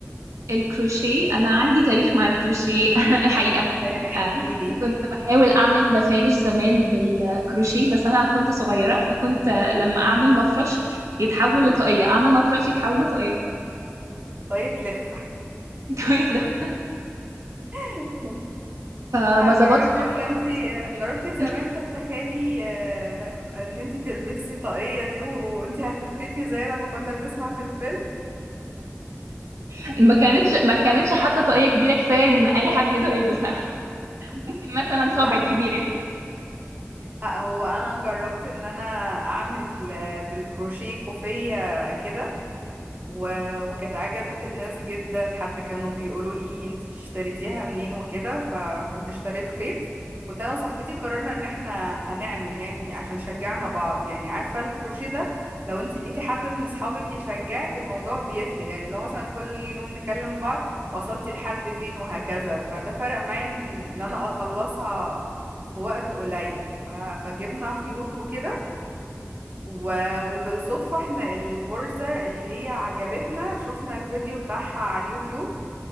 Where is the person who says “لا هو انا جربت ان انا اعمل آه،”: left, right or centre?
Right